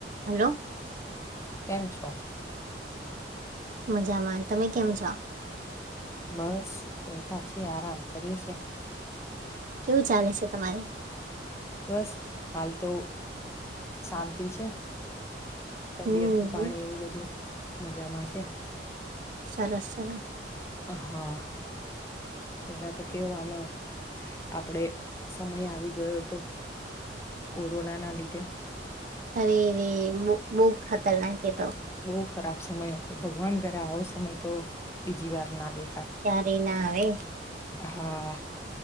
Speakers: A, on the right (about 45°); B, on the left (about 15°).
A: Hello
B: કેમ છો?
A: મજામાં તમે કેમ છો?
B: બસ બેઠા છીએ આરામ કરીએ શે.
A: કેવું ચાલે છે તમારે?
B: બસ હાલ તો શાંતિ છે. તબિયત
A: હમ
B: પાણી એવું બધું મજામાં છે
A: સરસ, સરસ
B: હા, પેલા તો કેવું આમ આપડે સમય આવી ગયો હતો કોરોના ના લીધે
A: અરે, રે બૂક બૂક ખતરનાક એતો
B: બો ખરાબ સમય હતો ભગવાન કરે આવો સમય તો બીજી વાર ના દે
A: ક્યારે ના <unintelligible> નય
B: હા,